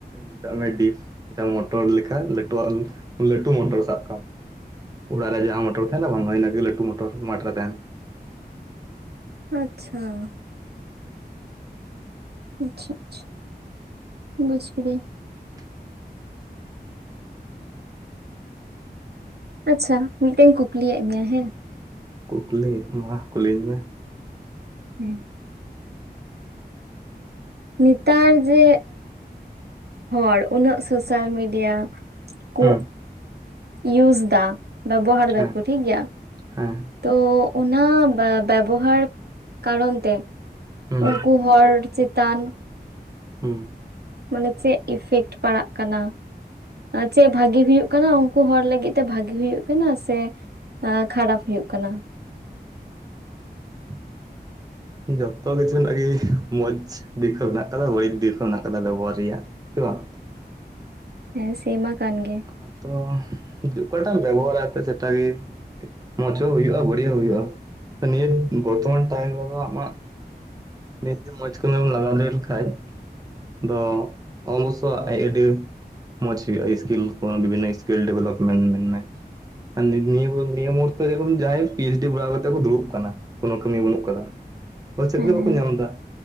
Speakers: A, on the right; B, on the right.
A: ᱢᱮᱛᱟᱜ ᱢᱮ ᱰᱤᱯ ᱢᱤᱫᱴᱟᱝ ᱢᱚᱴᱚᱨ ᱞᱮᱠᱟ ᱞᱟᱹᱴᱩᱣᱟᱜ ᱞᱟᱹᱴᱩ ᱢᱚᱴᱚᱨ ᱥᱟᱵ ᱠᱟᱜ ᱢᱮ ᱩᱲᱟᱜ ᱨᱮ ᱡᱟᱦᱟᱸ ᱢᱚᱴᱟᱨ ᱛᱟᱦᱮ ᱱᱟ ᱵᱟᱝ ᱤᱱᱟᱜᱮ ᱞᱟᱹᱴᱩ ᱢᱚᱴᱚᱨ ᱢᱟᱴᱨᱮ ᱛᱟᱦᱮᱱᱟ᱾
B: ᱟᱪᱪᱷᱟ ᱾ ᱟᱪᱪᱷᱟ ᱟᱪᱪᱷᱟ ᱵᱩᱡᱽ ᱠᱤᱫᱟᱹᱧ ᱾
A: <inaudible>
B: ᱟᱪᱪᱷᱟ ᱢᱤᱫᱴᱟᱝ ᱤᱧ ᱠᱩᱠᱞᱤᱭᱮᱫ ᱢᱮᱭᱟ ᱦᱮᱸ,
A: ᱠᱩᱠᱞᱤ ᱢᱟ ᱠᱩᱞᱤᱧ ᱢᱮ ᱾
B: ᱦᱮᱸ᱾ ᱱᱮᱛᱟᱨ ᱡᱮ ᱦᱚᱲ ᱩᱱᱟᱹᱜ ᱥᱳᱥᱟᱞ ᱢᱤᱰᱤᱭᱟ, ᱠᱩ
A: ᱦᱩᱸ
B: ᱤᱭᱩᱥ ᱫᱟ ᱵᱮᱵᱚᱦᱟᱨ
A: ᱦᱮᱸ
B: ᱫᱟᱠᱚ ᱴᱷᱤᱠᱜᱮᱭᱟ,
A: ᱦᱮᱸ ᱾
B: ᱛᱚ ᱚᱱᱟ ᱵᱮᱵᱚᱦᱟᱨ ᱠᱟᱨᱚᱱ ᱛᱮ
A: ᱦᱩᱸ
B: ᱩᱱᱠᱩ ᱦᱚᱲ ᱪᱮᱛᱟᱱ
A: ᱦᱩᱸ
B: ᱢᱟᱱᱮ ᱪᱮᱫ ᱤᱯᱷᱮᱠᱴ ᱯᱟᱲᱟᱜ ᱠᱟᱱᱟ? ᱮ ᱪᱮᱫ ᱵᱷᱟᱜᱮ ᱦᱩᱭᱩᱜ ᱠᱟᱱᱟ ᱩᱱᱠᱩ ᱦᱚᱲ ᱞᱟᱹᱜᱤᱫ ᱛᱮ ᱵᱷᱟᱜᱮ ᱦᱩᱭᱩᱜ ᱠᱟᱱᱟ ᱥᱮ ᱟ ᱠᱷᱟᱨᱟᱯ ᱦᱩᱭᱩᱜᱜ ᱠᱟᱱᱟ?
A: <unintelligible> ᱡᱚᱛᱚ ᱠᱤᱪᱷᱩ ᱨᱮᱱᱟᱜ ᱜᱮ ᱢᱚᱸᱡᱽ ᱫᱤᱠ ᱦᱚᱸ ᱢᱮᱱᱟᱜ ᱠᱟᱫᱟ ᱵᱟᱹᱲᱤᱡ ᱫᱤᱠ ᱦᱚᱸ ᱢᱮᱱᱟᱜ ᱠᱟᱫᱟ ᱵᱮᱵᱚᱦᱟᱨ ᱨᱮᱭᱟᱜ ᱥᱮ ᱵᱟᱝ?
B: ᱦᱮᱸ ᱥᱮᱢᱟ ᱠᱟᱱ ᱜᱮ᱾
A: ᱦᱟᱸ ᱛᱚ ᱚᱠᱚᱭᱴᱟᱜ ᱵᱮᱵᱚᱦᱟᱨᱛᱮ ᱥᱮᱴᱟ ᱞᱤᱭᱮ ᱢᱚᱸᱡ ᱦᱚᱸ ᱦᱩᱭᱩᱜᱼᱟ ᱵᱟᱹᱲᱤᱡᱟᱹ ᱦᱩᱭᱩᱜᱼᱟ, ᱱᱤᱭᱟᱹ ᱵᱚᱨᱛᱚᱢᱟᱱ ᱴᱟᱭᱤᱢ ᱨᱮᱫᱚ ᱟᱢᱟᱜ ᱱᱤᱛ ᱢᱚᱸᱡᱽ ᱠᱚᱢᱤᱢ ᱞᱟᱜᱟᱣ ᱞᱟᱜᱟᱣ ᱞᱮᱱᱠᱷᱟᱱᱡ ᱫᱚ ᱚᱵᱚᱥᱚᱣᱟᱜ <unintelligible> ᱟᱹᱰᱤ ᱢᱚᱸᱡᱽ ᱦᱩᱭᱩᱜ ᱥᱠᱤᱞ ᱵᱤᱵᱷᱤᱱᱱᱚ ᱥᱠᱤᱞ ᱰᱮᱵᱷᱞᱚᱯᱢᱮᱱᱴ ᱢᱮᱱᱢ ᱢᱮ ᱟᱨ ᱱᱤᱭᱟᱹ ᱱᱤᱭᱟᱹ ᱢᱩᱦᱩᱨᱛᱚ ᱡᱟᱦᱟᱸᱭ ᱯᱤᱮᱭᱪᱰᱤ ᱠᱚᱨᱟᱣ ᱠᱟᱛᱮ ᱠᱚ ᱫᱩᱲᱩᱵ ᱠᱟᱱᱟ ᱠᱳᱱᱳ ᱠᱟᱹᱢᱤ ᱵᱟᱹᱱᱩᱜ ᱠᱟᱫᱟ ᱪᱫ
B: ᱦᱮᱸ
A: ᱜᱮ ᱵᱟᱠᱚ
B: ᱦᱮᱸ
A: ᱧᱟᱢ ᱫᱟ